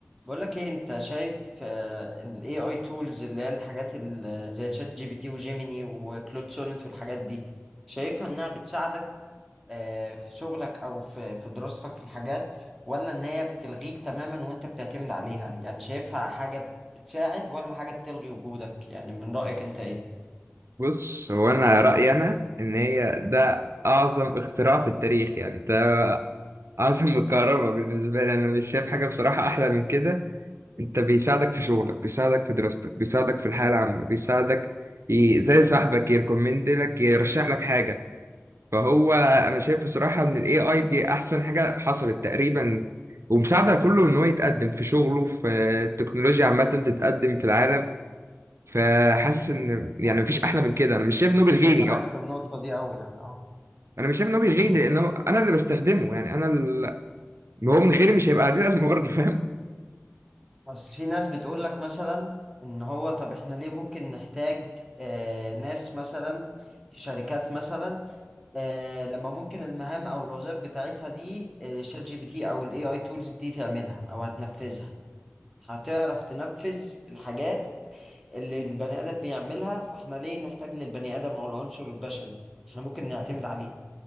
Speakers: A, in the centre; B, on the right (about 75°).
A: بقول لك ايه انت شايف آه، ال AI tools اللي هي الحاجات ال- زي شات جي بي تي وجيميني وكلود سونيت والحاجات دي شايفها انها بتساعدك آه، في شغلك او في في دراستك في الحاجات ولا ان هي بتلغيك تماما وانت بتعتمد عليها يعني شايفها حاجة بتساعد ولا حاجة بتلغي وجودك يعني من رأيك انت ايه؟
B: بص هو انا رايي انا ان هي ده اعظم اختراع في التاريخ يعني ده اعظم <laughs> من الكهرباء بالنسبه لي انا مش شايف حاجه بصراحه احلى من كده انت بيساعدك في شغلك بيساعدك في دراستك بيساعدك في الحياه العامه بيساعدك ي- زي صاحبك يركومند لك يرشح لك حاجه فهو انا شايف بصراحه ان الاي اي دي احسن حاجه حصلت تقريبا ومساعده كله ان هو يتقدم في شغله في التكنولوجيا عامه تتقدم في العالم فحاسس ان يعني مفيش
A: مم.
B: احلى من كده انا مش
A: متفق
B: شايف نوبل غني
A: معاك في النقطة دي أوي يعني اه
B: انا مش شايف ان هو بيلغيني
A: مم.
B: لان هو انا اللي بستخدمه يعني انا اللي هو من غيري مش هيبقى ليه لازمه برضه فاهم
A: بس في ناس بتقول لك مثلا ان هو طب احنا ليه ممكن نحتاج آه ناس مثلا في شركات مثلا آه لما ممكن المهام او الوظائف بتاعتها دي آه، شات جي بي تي او الاي اي تولز دي تعملها او هتنفذها هتعرف تنفذ الحاجات اللي البني ادم بيعملها فاحنا ليه نحتاج للبني ادم او العنصر البشري احنا ممكن نعتمد عليه